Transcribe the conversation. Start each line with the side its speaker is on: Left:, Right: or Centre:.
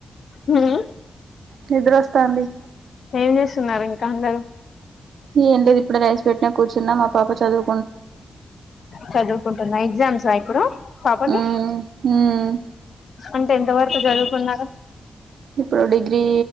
Left: మ్మ్
Right: నిదరస్తానంది
Left: ఏం చేస్తున్నారు ఇంకా అందరూ
Right: ఏంలేదు ఇప్పుడే రైస్ పెట్టినా కూర్చున్నా మా పాప చదువు
Left: చదువుకుంటున్నా ఎగ్జామ్సా ఇప్పుడు పాపకి
Right: హ్మ్ హ్మ్
Left: అంటే ఎంత వరకు చదువుకున్నారు
Right: ఇప్పుడు degree